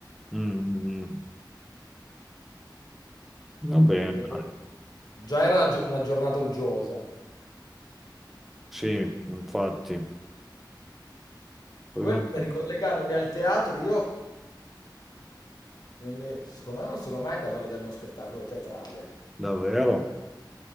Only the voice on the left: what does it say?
Anche perché
poi già era gio una giornata uggiosa.
Comunque,
ricollegandomi al teatro, io non mi- secondo me non sono mai andato a vedere uno spettacolo teatrale.